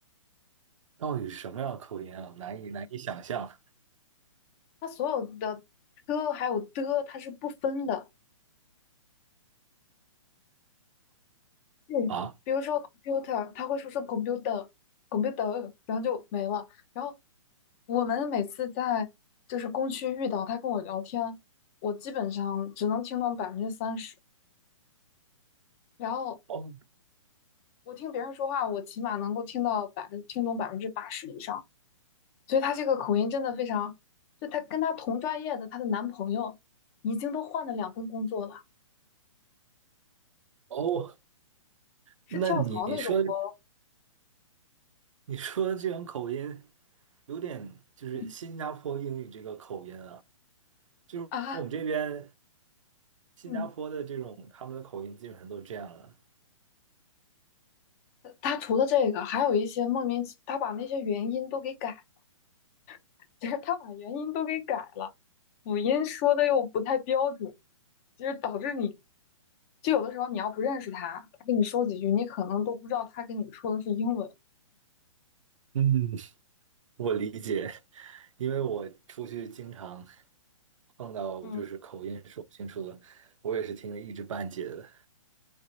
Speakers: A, on the right (about 70°); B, on the left (about 25°).
A: 到底是什么样的口音啊？难以难以想象
B: 他所有的 t 还有的，他是不分的。嗯，
A: 啊！
B: 比如说 computer，他会说是 computer，computer，然后就没了。然后我们每次在就是工区遇到他跟我聊天，我基本上只能听懂百分之三十，然后
A: 哦
B: 我听别人说话，我起码能够听到百分听懂百分之八十以上。所以他这个口音真的非常，就他跟他同专业的她的男朋友已经都换了两份工作了，
A: 哦，
B: 是跳槽那种哦。
A: 那你说你说的这种口音，有点就是新加坡英语这个口音啊，
B: 嗯
A: 就是我们这边
B: 啊，
A: 新加坡的这种他们的口音基本上都这样了。
B: 嗯。他除了这个，还有一些莫名其，他把那些元音都给改，<laughs> 就是他把元音都给改了，辅音说的又不太标准，就是导致你，就有的时候你要不认识他，他跟你说几句，你可能都不知道他跟你说的是英文。
A: 嗯，<laughs> 我理解，因为我出去经常碰到就是口音说不清楚的，
B: 嗯
A: 我也是听得一知半解的。